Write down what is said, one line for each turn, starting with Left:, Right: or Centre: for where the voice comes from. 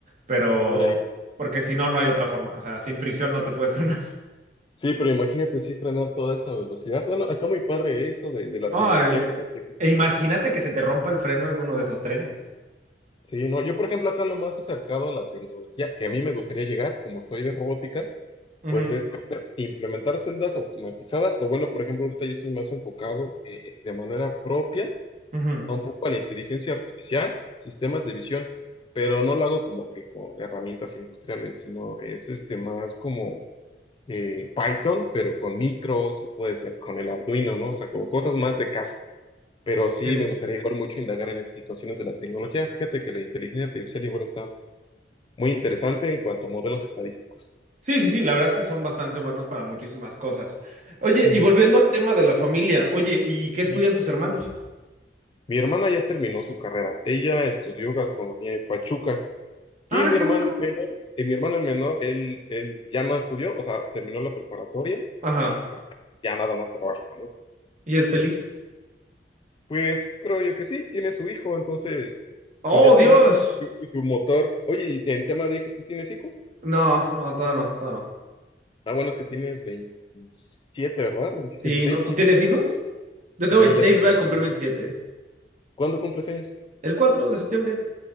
Right: Pero,
Left: Hombre,
Right: porque si no, no hay otra forma. O sea, sin fricción no te puedes <laughs> frenar.
Left: Sí, pero imagínate sí frenar toda esa velocidad. Bueno, está muy padre eso de, de la
Right: No,
Left: tecnología.
Right: eh,
Left: fíjate que-
Right: e imagínate que se te rompa el freno en uno de esos trenes.
Left: Sí, no, yo por ejemplo acá lo más acercado a la tecnología que a mí me gustaría llegar, como soy de robótica,
Right: Ujú,
Left: pues es poder implementar celdas automatizadas o bueno, por ejemplo, ahorita yo estoy más enfocado eh, de manera propia
Right: ujú,
Left: a un poco a la inteligencia artificial, sistemas de visión, pero no lo hago como que con herramientas industriales, sino es este más como eh, Python, pero con micros o puede ser con el Arduino, ¿no? O sea, como cosas más de casa. Pero
Right: Sí.
Left: sí me gustaría igual mucho indagar en esas situaciones de la tecnología. Fíjate que la inteligencia artificial igual está muy interesante en cuanto a modelos estadísticos.
Right: Sí, sí, sí, la verdad es que son bastante buenos para muchísimas cosas. Oye,
Left: Ujú.
Right: y volviendo al tema de la familia, oye, ¿y qué estudian
Left: Ujú.
Right: tus hermanos?
Left: Mi hermana ya terminó su carrera. Ella estudió gastronomía en Pachuca
Right: Ah,
Left: y mi
Right: qué
Left: hermano
Right: bueno.
Left: el menor, eh, mi hermano el menor, él, él ya no estudió, o sea, terminó la preparatoria
Right: Ajá.
Left: y pues ya nada más trabaja, ¿no?
Right: ¿Y es
Left: Sí,
Right: feliz?
Left: Pues creo yo que sí, tiene su hijo, entonces
Right: Oh,
Left: pues ya
Right: Dios.
Left: tienes su, su motor. Oye, y en tema de hijos, ¿tú tienes hijos?
Right: No, no, todavía no, todavía no.
Left: Ah, bueno, es que tienes 27, ¿verdad? ¿Me dijiste
Right: Sí,
Left: veintiséis
Right: ¿no? ¿Tú tienes hijos? Yo
Left: Sí,
Right: tengo veintiséis
Left: ya tengo
Right: voy a
Left: uno.
Right: cumplir veintisiete
Left: ¿Cuándo cumples años?
Right: El 4 de septiembre.